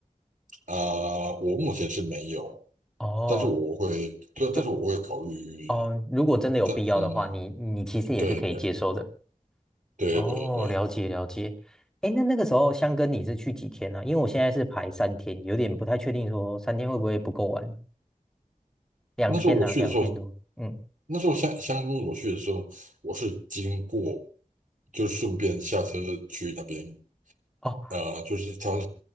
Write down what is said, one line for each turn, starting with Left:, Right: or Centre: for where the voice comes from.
Right: 啊、呃我目前是没有，
Centre: 哦，
Right: 但是我会对，
Centre: 就
Right: 但是我会考虑
Centre: 哦，如果真的有必要的话，
Right: 但嗯，
Centre: 你你其实也是可以接受的。
Right: 对对对对对
Centre: 哦，了解了解。哎，那那个时候香根你是去几天呢、因为我现在是排三天，有点不太确定说三天会不会不够玩。两天呢、
Right: 那时候我去的时候，
Centre: 两天多。嗯，
Right: 那时候香香港我去的时候，我是经过，就顺便下车去那边，
Centre: 哦
Right: 呃，就是他